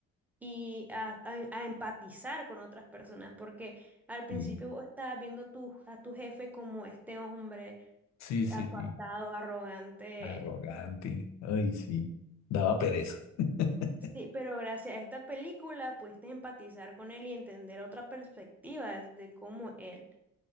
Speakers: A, in the centre; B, on the left (about 65°).
A: y a, a- a empatizar con otras personas, porque al principio
B: Sí.
A: vos estabas viendo tu, a tu jefe como este hombre
B: Sí, sí,
A: apartado,
B: sí.
A: arrogante,
B: Arrogante. Ay, sí. Daba pereza. <laughs>
A: Sí, pero gracias a esta película pudiste empatizar con él y entender otra perspectiva de cómo él,